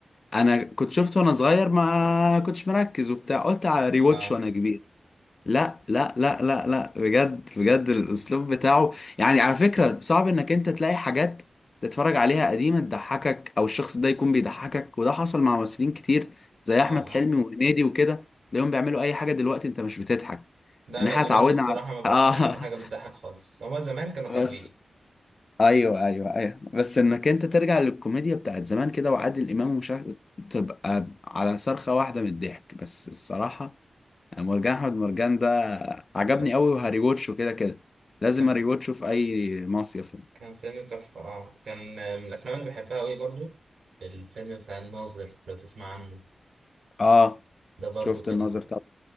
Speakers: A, on the left (about 35°); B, on the right (about 65°).
A: انا كنت شفته وانا صغير ما كنتش مركز وبتاع قلت على ريواتش
B: اه
A: وانا كبير لا لا لا لا لا بجد بجد الاسلوب بتاعه يعني على فكرة صعب انك انت تلاقي حاجات تتفرج عليها قديمة تضحكك او الشخص ده يكون بيضحكك وده حصل مع ممثلين كتير زي
B: اه
A: احمد
B: اه
A: حلمي وهنيدي وكده تلاقيهم بيعملوا اي حاجة دلوقتي انت مش بتضحك
B: لا
A: ان
B: لا
A: احنا
B: دلوقتي
A: اتعودنا
B: بصراحه
A: على
B: ما بقاش
A: اه
B: يعملوا حاجه بتضحك خالص هما زمان كانوا
A: <laughs>
B: حلوين
A: بس ايوه ايوه ايوه بس انك انت ترجع للكوميديا بتاعت زمان كده وعادل امام ومش عارف تبقى على صرخة واحدة من الضحك بس الصراحة مرجان احمد مرجان ده عجبني
B: كان
A: قوي وهريوتشه كده كده لازم
B: كان
A: اريوتشه في اي مصيف يعني.
B: كان فيلم تحفه اه كان آه، من الافلام اللي بحبها قوي برضو الفيلم بتاع الناظر لو تسمع عنه
A: اه
B: ده برضو
A: شفت
B: كان
A: الناظر طبعا